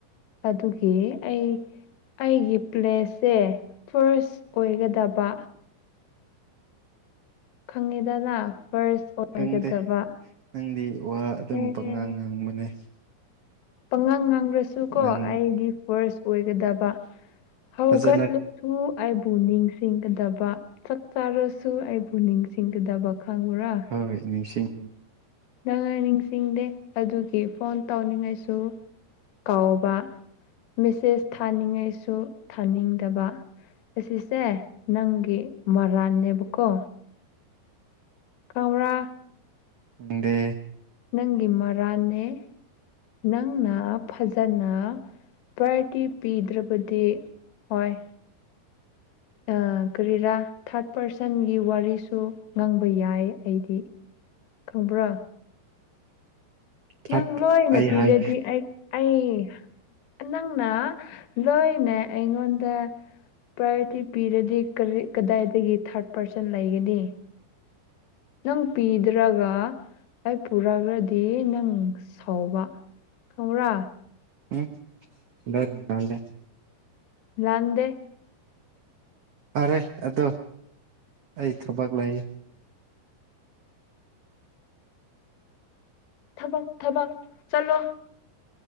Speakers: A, on the left (about 85°); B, on the right (about 80°).
A: ꯑꯗꯨꯒꯤ ꯑꯩ ꯑꯩꯒꯤ ꯄ꯭ꯂꯦꯁꯦ ꯐꯥꯔꯁ ꯑꯣꯏꯒꯗꯕ ꯈꯪꯉꯤꯗꯅ ꯐꯥꯔꯁ ꯑꯣꯏꯒꯗꯕ
B: ꯈꯪꯗꯦ ꯅꯪꯗꯤ ꯋꯥ ꯑꯗꯨꯝ
A: ꯑꯦ
B: ꯄꯪꯉꯥꯡ ꯉꯥꯡꯕꯅꯦ
A: ꯄꯥꯉꯥꯡ ꯉꯥꯡꯔꯁꯨ ꯀꯣ
B: ꯅꯪ
A: ꯑꯩꯗꯤ ꯐꯥꯔꯁ ꯑꯣꯏꯒꯗꯕ ꯍꯧꯒꯠꯂꯁꯨ
B: ꯐꯖꯅ
A: ꯑꯩꯕꯨ ꯅꯤꯡꯁꯤꯡ ꯁꯤꯡꯒꯗꯕ ꯆꯥꯛ ꯆꯥꯔꯁꯨ ꯑꯩꯕꯨ ꯅꯤꯡꯁꯤꯡꯒꯗꯕ ꯈꯪꯕ꯭ꯔꯥ
B: ꯍꯧꯔ ꯅꯤꯡꯁꯤꯡ
A: ꯅꯪꯅꯥ ꯅꯤꯡꯁꯤꯡꯗꯦ ꯑꯗꯨꯒꯤ ꯐꯣꯟ ꯇꯧꯅꯤꯡꯉꯥꯏꯁꯨ ꯀꯥꯎꯕ ꯃꯦꯁꯦꯁ ꯊꯥꯅꯤꯡꯉꯥꯏꯁꯨ ꯊꯥꯅꯤꯡꯗꯕ ꯑꯁꯤꯁꯦ ꯅꯪꯒꯤ ꯃꯔꯥꯟꯅꯦꯕꯀꯣ ꯀꯧꯕ꯭ꯔꯥ
B: ꯈꯪꯗꯦ
A: ꯅꯪꯒꯤ ꯃꯔꯥꯟꯅꯦ ꯅꯪꯅ ꯐꯖꯅ ꯄ꯭ꯔꯥꯏꯌꯣꯔꯤꯇꯤ ꯄꯤꯗ꯭ꯔꯕꯗꯤ ꯍꯣꯏ ꯑ ꯀꯔꯤꯔꯥ ꯊꯥꯔꯠ ꯄꯥꯔꯁꯟꯒꯤ ꯋꯥꯔꯤꯁꯨ ꯉꯥꯡꯕ ꯌꯥꯏ ꯑꯩꯗꯤ ꯈꯪꯕ꯭ꯔꯥ
B: ꯊꯥꯔꯠ
A: ꯅꯪ ꯂꯣꯏꯅ
B: ꯑꯩ
A: ꯄꯤꯔꯗꯤ
B: ꯍꯥꯏ
A: ꯑꯩ ꯑꯩ ꯅꯪꯅ ꯂꯣꯏꯅ ꯑꯩꯉꯣꯟꯗ ꯄ꯭ꯔꯥꯏꯌꯣꯔꯤꯇꯤ ꯄꯤꯔꯗꯤ ꯀꯔꯤ ꯀꯗꯥꯏꯗꯒꯤ ꯊꯥꯔꯠ ꯄꯥꯔꯁꯟ ꯂꯩꯒꯅꯤ ꯑꯗꯨꯝ ꯄꯤꯗ꯭ꯔꯒ ꯑꯩ ꯄꯨꯔꯒꯗꯤ ꯅꯪ ꯁꯥꯎꯕ ꯈꯪꯕ꯭ꯔꯥ
B: ꯎꯝ ꯅꯠ ꯇꯜꯂꯦ
A: ꯂꯥꯟꯗꯦ
B: ꯐꯔꯦ ꯑꯗꯣ ꯑꯩ ꯊꯕꯛ ꯂꯩꯌꯦ
A: ꯊꯕꯛ ꯊꯕꯛ ꯆꯠꯂꯣ